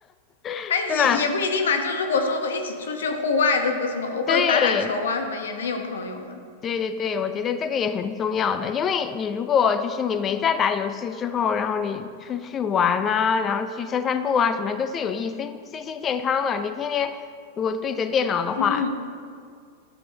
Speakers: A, on the left; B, on the left.
A: <laughs>
B: 哎，也也不一定嘛。
A: 是吧？
B: 就如果说一起出去户外这个什么，或者打打球啊什么，
A: 对。
B: 也能有朋友的。
A: 对对对，我觉得这个也很重要的，因为你如果就是你没在打游戏之后，然后你出去玩啊，然后去散散步啊，什么都是有益身身心健康的。你天天如果对着电脑的话，
B: <laughs>